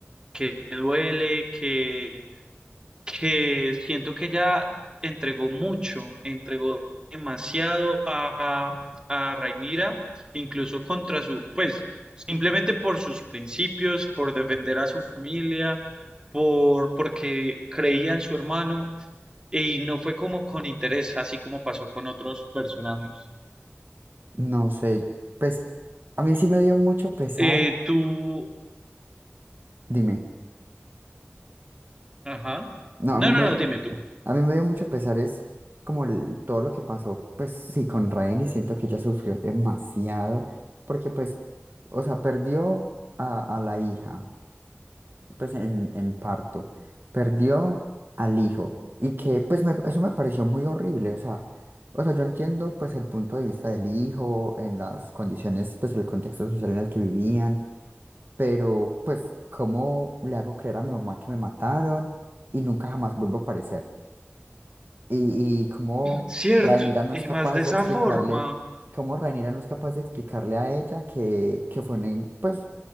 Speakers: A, on the right; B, on the right.
A: que duele, que que siento que ella entregó mucho, entregó demasiado a, a Rhaenyra, incluso contra su, pues, simplemente por sus principios, por defender a su familia, por, porque creía en su hermano, y no fue como con interés, así como pasó con otros personajes.
B: No sé, pues a mí sí me dio mucho pesar,
A: Eh, tú,
B: dime.
A: ajá.
B: No, a
A: No,
B: mí me,
A: no, no, dime tú.
B: a mí me dio mucho pesar, es como el- todo lo que pasó, pues sí, con Raeni, siento que ella sufrió demasiado, porque pues, o sea, perdió a, a la hija, pues en, en parto, perdió al hijo, y que pues me- eso me pareció muy horrible, o sea, o sea, yo entiendo pues el punto de vista del hijo, en las condiciones, pues el contexto social en el que vivían, pero pues, ¿cómo le hago creer a mi mamá que me mataron y nunca jamás vuelvo a aparecer? Y, y cómo
A: Cierto,
B: Rhaenyra no
A: y
B: es capaz
A: más de
B: de
A: esa
B: explicarle,
A: forma.
B: cómo Rhaenyra no es capaz de explicarle a ella que, que fue un, en- pues,